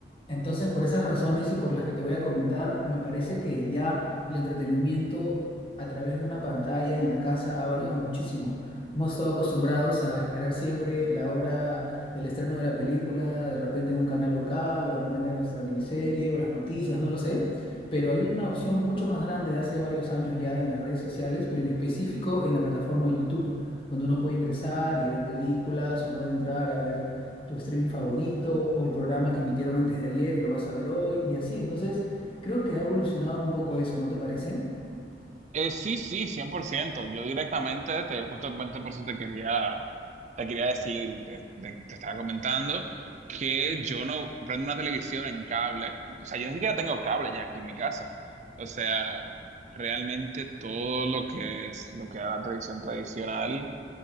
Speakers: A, on the left; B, on the right.
A: Entonces, por esas razones y por las que te voy a comentar, me parece que ya el entretenimiento a través de una pantalla en la casa ha variado muchísimo. Hemos estado acostumbrados a esperar siempre la hora del estreno de la película, de repente en un canal local o de repente en nuestra miniserie o las noticias, no lo sé. Pero hay una opción mucho más grande de hace varios años ya en las redes sociales, pero en específico en la plataforma YouTube, donde uno puede ingresar y ver películas o puede entrar a ver tu streaming favorito o el programa que emitieron antes de ayer y lo vas a ver hoy y así. Entonces, creo que ha evolucionado un poco eso, ¿no te parece?
B: Eh, sí, sí, cien por ciento Yo directamente, te, justamente por eso te quería, te quería decir, y te, te- te estaba comentando, que yo no prendo una televisión en cable. O sea, yo ni siquiera tengo cable ya aquí en mi casa. O sea, realmente todo lo que es, lo que era la televisión tradicional,